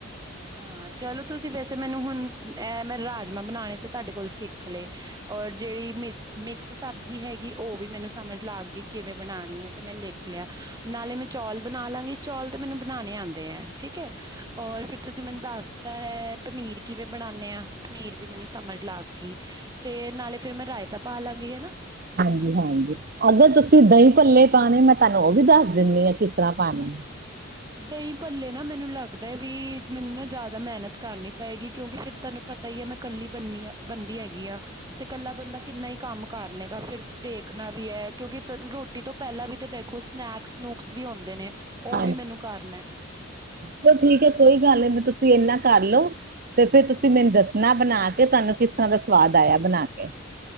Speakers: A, on the right (about 20°); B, on the right (about 45°).
A: ਹਾਂ, ਚਲੋ ਤੁਸੀਂ ਵੈਸੇ ਮੈਨੂੰ ਹੁਣ ਐ ਮੈਂ ਰਾਜਮਾਂ ਬਣਾਣੇ ਤੇ ਤੁਹਾਡੇ ਕੋਲ ਸਿਖਲੇ। ਔਰ ਜਿਹੜੀ ਮਿਸ ਮਿਕਸ ਸਬਜ਼ੀ ਹੈਗੀ ਓ ਵੀ ਮੈਨੂੰ ਸਮਝ ਲੱਗਗੀ। ਕਿਵੇਂ ਬਣਾਣੀ ਐ ਤੇ ਮੈਂ ਲਿਖ ਲਿਆ ਨਾਲੇ ਮੈਂ ਚੌਲ ਬਣਾ ਲਾਂਗੀ ਚੌਲ ਤੇ ਮੈਨੂੰ ਬਣਾਣੇ ਆਂਦੇ ਐ। ਠੀਕ ਐ ਔਰ ਫਿਰ ਤੁਸੀਂ ਮੈਨੂੰ ਦੱਸਤਾ ਹੈ ਪਨੀਰ ਕਿਵੇਂ ਬਨਾਣੇ ਆ। ਪਨੀਰ ਵੀ ਮੈਨੂੰ ਸਮਝ ਲੱਗਗੀ ਤੇ ਨਾਲੇ ਫੇਰ ਮੈਂ ਰਾਇਤਾ ਪਾ ਲਾਂਗੀ ਹਨਾ।
B: ਹਾਂਜੀ-ਹਾਂਜੀ ਅਗਰ ਤੁਸੀ ਦਹੀਂ ਭੱਲੇ ਪਾਨੇ, ਮੈਂ ਤਹਾਨੂੰ ਉਹ ਵੀ ਦੱਸ ਦੇਂਨੀ ਆ, ਕਿਸ ਤਰਾ ਪਾਨੇ।
A: ਦਹੀਂ ਭੱਲੇ ਨਾ ਮੈਨੂੰ ਲੱਗਦੈ ਵੀ, ਮੈਨੂੰ ਨਾ ਜਿਆਦਾ ਮਿਹਨਤ ਕਰਨੀ ਪਏਗੀ ਕਿਉਕਿ ਫੇਰ ਤੁਹਾਨੂੰ ਪਤਾ ਈ ਆ ਮੈਂ ਕੱਲੀ ਬਨੀ ਬੰਦੀ ਹੈਗੀ ਆਂ। ਤੇ ਕੱਲਾ ਬੰਦਾ ਕਿੰਨਾ ਈ ਕੰਮ ਕਾਰ ਲੇਗਾ, ਫੇਰ ਦੇਖਨਾ ਵੀ ਐ। ਕਿਉਕਿ ਰੋਟੀ ਤੋ ਪੈਲਾ ਵੀ ਤੇ ਦੇਖੋ ਸਨੈਕਸ-ਸਨੂਕਸ ਵੀ ਹੋਂਦੇ ਨੇ। ਉਹ
B: ਹਾਂਜੀ,
A: ਵੀ ਮੈਨੂੰ ਕਰਨਾ ਹੈ
B: ਚਲੋ ਠੀਕ ਏ ਕੋਈ ਗੱਲ ਨੀ ਤੇ ਤੁਸੀ ਏਨਾ ਕਰ ਲੋ। ਫੇਰ ਤੇ ਤੁਸੀ ਮੈਨੂੰ ਦੱਸਨਾ ਬਨਾਕੇ ਤੁਹਾਨੂੰ ਕਿਸ ਤਰਾ ਦਾ ਸਵਾਦ ਆਇਆ ਬਨਾਕੇ।